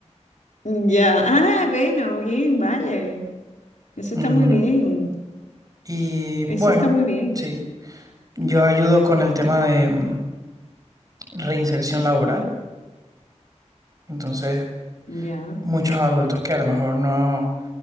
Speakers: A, on the left; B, on the right.
A: ya. Ah, bueno, bien, vale. Eso
B: Ujú.
A: está muy bien.
B: Y bueno,
A: Eso está muy bien.
B: sí, yo ayudo con el tema de mm, reinserción laboral. Entonces,
A: Ya.
B: muchos adultos que a lo mejor no...